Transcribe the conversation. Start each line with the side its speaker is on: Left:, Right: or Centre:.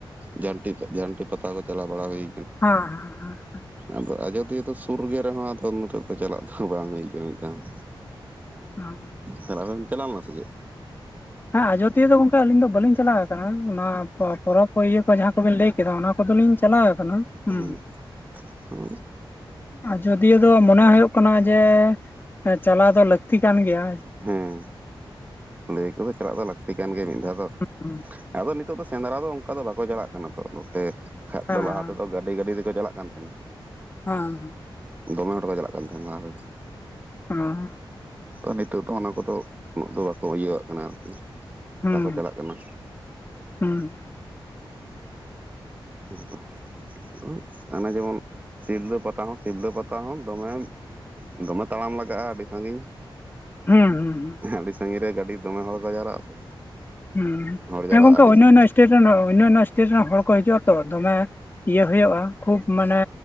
Right: ᱡᱷᱟᱹᱱᱴᱤ ᱡᱷᱟᱹᱱᱴᱤ ᱯᱟᱛᱟ ᱠᱚ ᱪᱟᱞᱟᱣ ᱵᱟᱲᱟ ᱦᱩᱭᱼᱼ
Left: ᱦᱟᱸ ᱦᱟᱸ ᱦᱟᱸ᱾
Right: ᱟᱫᱚ ᱟᱡᱚᱫᱤᱭᱟᱹ ᱫᱚ ᱥᱩᱨ ᱜᱮ ᱨᱮᱦᱚᱸ ᱟᱫᱚ ᱱᱚᱛᱮ ᱠᱷᱚᱡ ᱪᱟᱞᱟᱜ ᱫᱚ ᱵᱟᱝ ᱦᱩᱭ ᱟᱠᱟᱱᱟ ᱢᱤᱫ ᱫᱷᱟᱣ ᱦᱚᱸ᱾
Left: ᱦᱮᱸ
Right: ᱛᱟᱦᱞᱦᱮ ᱟᱢᱮᱢ ᱪᱟᱞᱟᱣ ᱞᱮᱱᱟ ᱥᱮ ᱪᱮᱫ?
Left: ᱦᱮᱸ ᱟᱡᱚᱫᱤᱭᱟᱹ ᱫᱚ ᱜᱚᱝᱠᱮ ᱟᱹᱞᱤᱧ ᱫᱚ ᱵᱟᱹᱞᱤᱧ ᱪᱟᱞᱟᱣ ᱟᱠᱟᱱᱟ ᱱᱚᱣᱟ ᱯᱚᱨᱚᱵᱽ ᱠᱚ ᱤᱭᱟᱹ ᱠᱚ ᱡᱟᱦᱟᱸ ᱠᱚᱵᱤᱱ ᱞᱟᱹᱭᱼᱼ ᱠᱮᱫᱟ ᱚᱱᱟ ᱠᱚᱫᱚ ᱞᱤᱧ ᱪᱟᱞᱟᱣ ᱟᱠᱟᱱᱟ᱾ ᱦᱩᱸ
Right: ᱦᱩᱸᱜ ᱦᱩᱸᱜ᱾
Left: ᱟᱡᱚᱫᱤᱭᱟᱹ ᱫᱚ ᱢᱚᱱᱮ ᱦᱩᱭᱩᱜ ᱠᱟᱱᱟ ᱡᱮ ᱪᱟᱞᱟᱣ ᱫᱚ ᱞᱟᱹᱠᱛᱤ ᱠᱟᱱ ᱜᱮᱭᱟ
Right: ᱦᱮᱸ᱾ ᱞᱟᱹᱭ ᱟᱠᱚ ᱛᱚ ᱪᱟᱞᱟᱜ ᱫᱚ ᱞᱟᱠᱛᱤ ᱠᱟᱱ ᱜᱮᱭᱟ ᱢᱤᱫ ᱫᱷᱟᱣ ᱫᱚ
Left: ᱦᱩᱸ
Right: ᱟᱫᱚ ᱱᱤᱛᱚᱜ ᱫᱚ ᱥᱮᱸᱫᱽᱨᱟ ᱫᱚᱼᱼ ᱚᱱᱠᱟ ᱫᱚ ᱵᱟᱠᱚ ᱪᱟᱞᱟᱜ ᱠᱟᱱᱟ ᱛᱚ ᱱᱚᱛᱮ‌ ᱠᱷᱟᱡ
Left: ᱦᱮᱸ
Right: ᱫᱚ ᱞᱟᱦᱟ ᱛᱮᱫᱚ ᱜᱟᱰᱤ ᱜᱟᱹᱰᱤ ᱛᱮᱠᱚ ᱪᱟᱞᱟᱜ ᱠᱟᱱ ᱛᱟᱦᱮᱸᱱᱟ
Left: ᱦᱟᱸ᱾
Right: ᱫᱚᱢᱮ ᱦᱚᱲ ‌ᱠᱚ ᱪᱟᱞᱟᱜ ᱠᱟᱱ ᱛᱟᱦᱮᱸᱱᱟ ᱞᱟᱦᱟ ᱛᱮᱫᱚ᱾
Left: ᱚᱸ᱾
Right: ᱚ ᱱᱤᱛᱩᱜ ᱫᱚ ᱚᱱᱟ ᱠᱚᱫᱚ ᱩᱱᱟᱹᱜ ᱫᱚ ᱵᱟᱠᱚ ᱤᱭᱟᱹᱣᱟᱜ ᱠᱟᱱᱟ ᱟᱨᱠᱤ
Left: ᱦᱩᱸ
Right: ᱵᱟᱠᱚ ᱪᱟᱞᱟᱜ ᱠᱟᱱᱟ᱾
Left: ᱦᱩᱸ᱾
Right: ᱦᱩᱭ ᱩᱸᱜ ᱚᱱᱮ ᱡᱮᱢᱚᱱ ᱥᱤᱞᱫᱟᱹ ᱯᱟᱛᱟ ᱦᱚᱸ ᱥᱤᱞᱫᱟᱹ ᱯᱟᱛᱟ ᱦᱚᱸ ᱫᱚᱢᱮᱢᱼᱼ ᱫᱚᱢᱮ ᱛᱟᱲᱟᱢ ᱞᱟᱜᱟᱜ-ᱟ ᱟᱰᱤ ᱥᱟᱸᱜᱤᱧ᱾
Left: ᱦᱩᱸ ᱦᱩᱸ᱾
Right: ᱟᱹᱰᱤ ᱥᱟᱺᱜᱤᱧ ᱨᱮ ᱜᱟᱹᱰᱤ ᱫᱚᱢᱮ ᱦᱚᱲ ᱠᱚ ᱡᱟᱣᱨᱟᱜ-ᱟ ᱥᱮ
Left: ᱦᱮᱸ
Right: ᱦᱚᱲ ᱡᱟᱣᱨᱟ
Left: ᱦᱮᱸ ᱜᱚᱝᱠᱮ
Right: ᱟᱹᱰᱤ
Left: ᱚᱱᱱᱚ ᱚᱱᱱᱚ ᱥᱴᱮᱴ ᱨᱮᱱ ᱚᱱᱱᱚᱱᱱᱚ ᱥᱴᱮᱴ ᱨᱮᱱ ᱦᱚᱲ ᱠᱚ ᱦᱤᱡᱩᱜᱼᱟ ᱛᱚ ᱫᱚᱢᱮ ᱤᱭᱟᱹᱦᱳᱭᱳᱼᱟ ᱠᱷᱩᱵ ᱢᱟᱱᱮ